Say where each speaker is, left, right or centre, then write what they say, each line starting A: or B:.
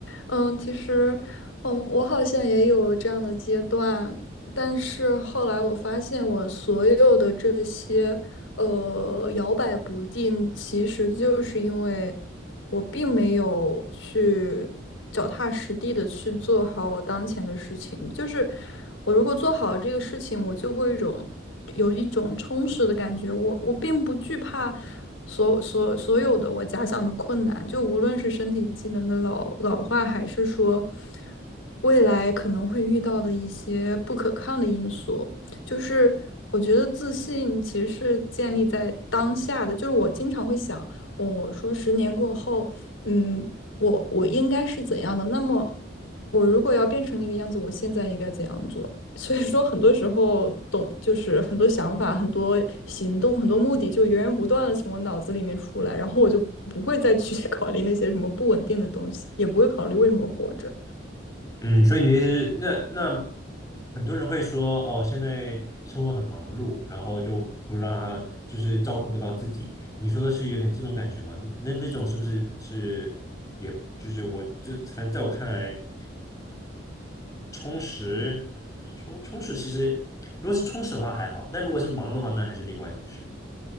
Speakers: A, on the left (about 85°); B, on the left (about 15°).
A: 嗯，其实，嗯，我好像也有这样的阶段，但是后来我发现，我所有的这些，呃，摇摆不定，其实就是因为。我并没有去脚踏实地的去做好我当前的事情，就是我如果做好这个事情，我就会一种有一种充实的感觉。我我并不惧怕所所所有的我假想的困难，就无论是身体机能的老老化，还是说未来可能会遇到的一些不可抗的因素。就是我觉得自信其实是建立在当下的，就是我经常会想。我说十年过后，嗯，我我应该是怎样的？那么，我如果要变成那个样子，我现在应该怎样做？<laughs> 所以说，很多时候懂，就是很多想法、很多行动、很多目的，就源源不断的从我脑子里面出来，然后我就不会再去 <laughs> 考虑那些什么不稳定的东西，也不会考虑为什么活着。
B: 嗯，所以你的意思是，那那很多人会说，哦，现在生活很忙碌，然后就不让他就是照顾不到自己。你说的是有点这种感觉吗？那那种是不是是，也就是我这反正在我看来，充实充充实其实如果是充实的话还好，但如果是忙的话，那还是另外一回事。